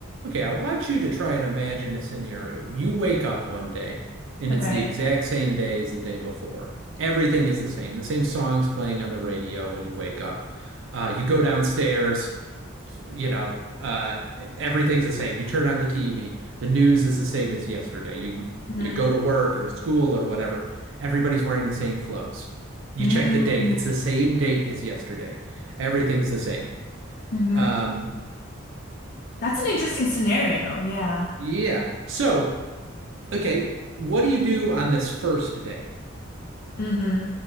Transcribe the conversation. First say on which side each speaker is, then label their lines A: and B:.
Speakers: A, on the right; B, on the left.
A: Okay, I want you to try and imagine a scenario. You wake up one day and
B: Okay.
A: it's the exact same day as the day before. Everything is the same. The same songs playing on the radio when you wake up. Uh, you go downstairs, you know, uh, everything's the same. You turn on the TV. The news is the same as yesterday. You
B: hmm
A: you go to work or to school or whatever. Everybody's wearing the same clothes. You
B: Mm.
A: check the date. It's the same date as yesterday. Everything's the same.
B: hmm
A: Um,
B: That's an interesting scenario. Yeah.
A: yeah. So Okay, what do you do on this first day?
B: hmm